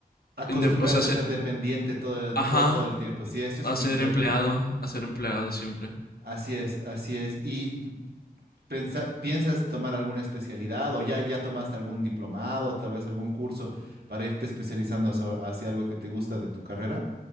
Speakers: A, on the right; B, on the left.
A: Acostumbrarse
B: inde- o sea, se-
A: a ser dependiente todo, el-
B: ajá,
A: todo, todo el tiempo. Sí, eso
B: a
A: es muy
B: ser
A: cierto.
B: empleado, a ser empleado siempre.
A: Así es, así es. Y pensa- ¿piensas tomar alguna especialidad o ya, ya tomaste algún diplomado, tal vez algún curso para irte especializando hacia, hacia algo que te gusta de tu carrera?